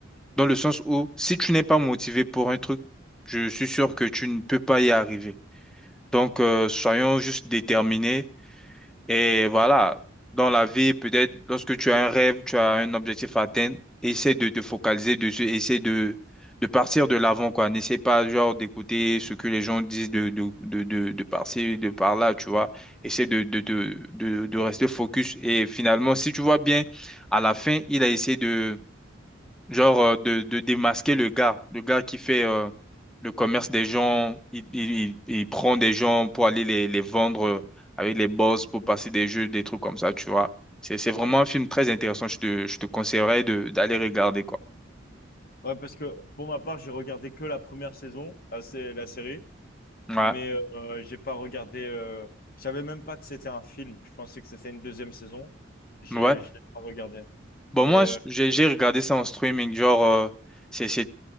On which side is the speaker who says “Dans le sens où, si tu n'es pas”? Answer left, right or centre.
Centre